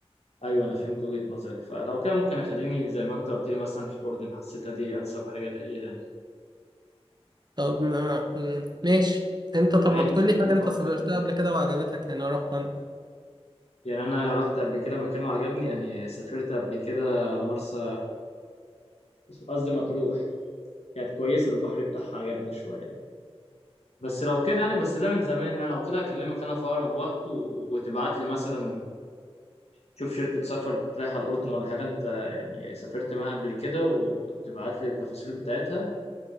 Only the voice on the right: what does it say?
طب ما مم، ماشي انت طب
ما تقولي
حاجة انت
سافرتها
قبل كده وعجبتك يعني اروحها انا.